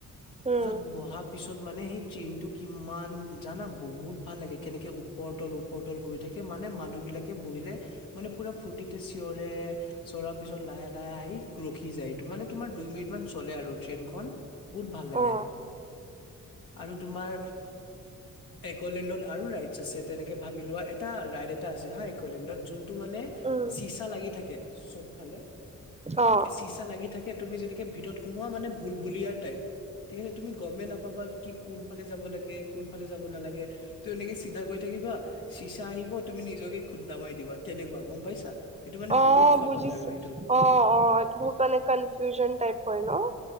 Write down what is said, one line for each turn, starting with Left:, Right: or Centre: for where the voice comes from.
Right: উম
Left: তাৰপিছত বহা পিছত মানে সেই ট্ৰেইনটো কিমান জানা বহুত ভাল লাগে, কেনেকে ওপৰ-তল ওপ পৰ-তল গৈ থাকে। মানে মানুহবিলাকে বহিলে মানে পুৰা ফূৰ্তিতে চিঞৰে, চিঞৰাৰ পিছত লাহে - লাহে আহি ৰখি যায়। ইটো মানে তোমাৰ দুই মিনিট মান চলে আৰু ট্ৰেইনখন। বহুত ভাল লাগে।
Right: অ
Left: আৰু তোমাৰ একলেণ্ডত আৰু ৰাইটছ আছে তেনেকে ভাবি লোৱা, এটা ৰাইড এটা আছে হা, ইকলেণ্ডত। জোন টো মানে
Right: উম
Left: চিচা লাগি থাকে, চব ফালে।
Right: অ
Left: চিচা লাগি থাকে। তুমি যেনেকে ভিতৰত সোমোৱা, মানে ভুল-ভুলিয়াৰ টাইপ। ঠিক আছে। তুমি গমেই নাপাবা কি কোনফালে যাব লাগে, কোনফালে যাব নালাগে। তো এনেকে চিন্তা কৰি থাকিবা। চিচা আহিব, তুমি নিজকে খুন্দা মাৰি দিবা। তেনেকুৱা, গম পাইছা? সেইটো মানে
Right: অ'
Left: বহুত ফান
Right: বুজিছোঁ।
Left: হয় আৰু সেইটোত
Right: অ' - অ' ইটো বহুত মানে কনফিউজন টাইপ হয় ন'?